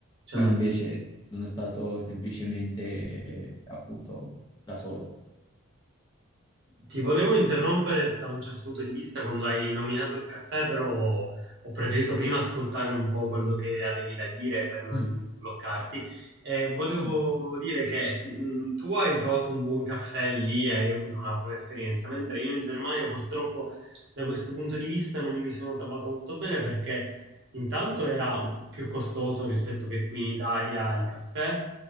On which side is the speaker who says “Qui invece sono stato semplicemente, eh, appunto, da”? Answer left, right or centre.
Left